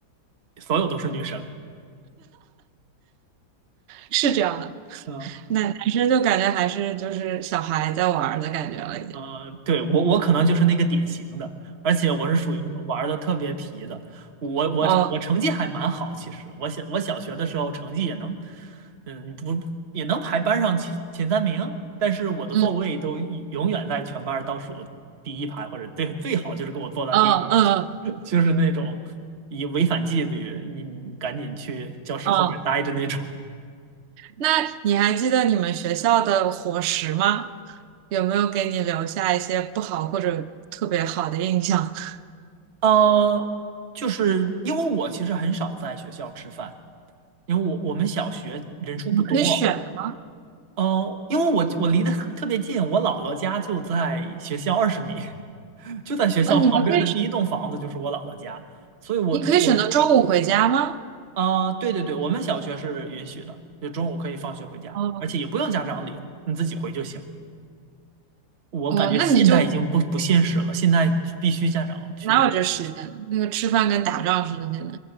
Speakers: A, on the right (about 35°); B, on the right (about 85°).
A: 所有都是女生。
B: 是这样的。
A: 嗯
B: 男男生就感觉还是就是小孩在玩儿的感觉了，已经。
A: 呃，对，我我可能就是那个典型的，而且我是属于那种玩的特别皮的。我我我成绩还蛮好，
B: 嗯
A: 其实我小我小学的时候成绩也能，嗯，不也能排班上前前三名，但是我的座位都一永远在全班倒数第一排，
B: 嗯。
A: 或者最最好就是给我坐在第二排去，
B: 嗯嗯
A: <laughs> 就是那种以违反纪律，你赶紧去教室后边待着那种。
B: 嗯，
A: <laughs>
B: 那你还记得你们学校的伙食吗？有没有给你留下一些不好或者特别好的印象？<laughs>
A: 呃，就是因为我其实很少在学校吃饭。因为我我们小学人数不多，
B: 你们可以选的吗？
A: 哦，因为我我离得特别近，我姥姥家就在学校二十米，<laughs> 就在学校旁边的第一栋房子就是我姥姥家，
B: 哦，你们可以，
A: 所以我我中
B: 你可以选择中午回家吗？
A: 啊、对对对，我们小学是允许的，就中午可以放学回家，
B: 哦
A: 而且也不用家长领，你自己回就行。我感觉现在已经不不现实了，
B: 哦，那你就
A: 现在必须家长去
B: 哪有这时间？那个吃饭跟打仗似的，现在。